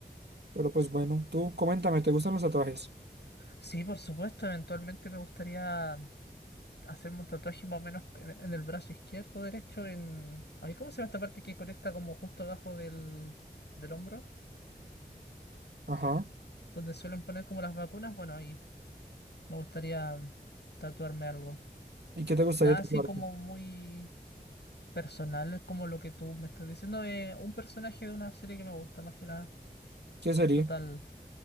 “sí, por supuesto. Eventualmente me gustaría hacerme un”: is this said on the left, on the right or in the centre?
Left